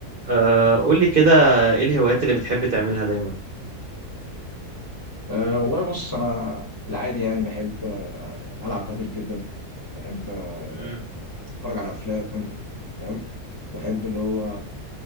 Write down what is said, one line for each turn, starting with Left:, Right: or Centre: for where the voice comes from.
Right: آه، قول لي كده ايه الهوايات اللي بتحب تعملها دايما
Left: أه والله بص انا بالعادي يعني بحب أه العب بادل جدا بحب أه
Right: مم.
Left: اتفرج على افلام فاهم بحب اللي هو